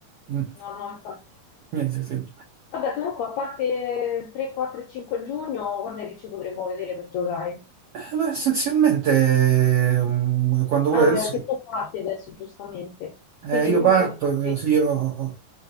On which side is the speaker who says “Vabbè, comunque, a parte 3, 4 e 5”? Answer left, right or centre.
Left